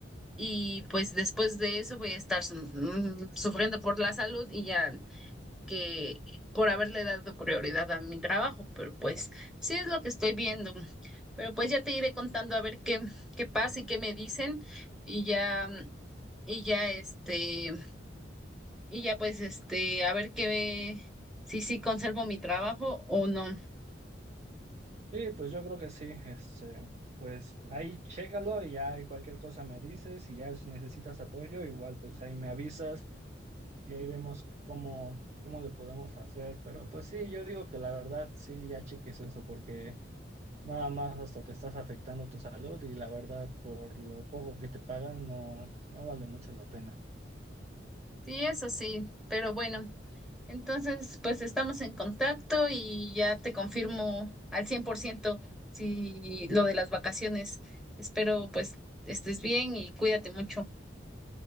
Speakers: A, in the centre; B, on the right.
A: Y pues después de eso voy a estar su- mm, sufriendo por la salud y ya que por haberle dado prioridad a mi trabajo, pero pues sí es lo que estoy viendo. Pero pues ya te iré contando a ver qué, qué pasa y qué me dicen y ya, y ya este, y ya pues este, a ver qué, si sí conservo mi trabajo o no.
B: Sí, pues yo creo que sí. Este, pues ahí chécalo y ya y cualquier cosa me dices y ya si necesitas apoyo, igual pues ahí me avisas y ahí vemos cómo, cómo le podemos hacer. Pero pues sí, yo digo que la verdad sí, ya cheques eso porque nada más hasta te estás afectando tu salud y la verdad por lo poco que te pagan no, no vale mucho la pena.
A: Sí, eso sí, pero bueno, entonces pues estamos en contacto y ya te confirmo al 100% si lo de las vacaciones. Espero pues estés bien y cuídate mucho.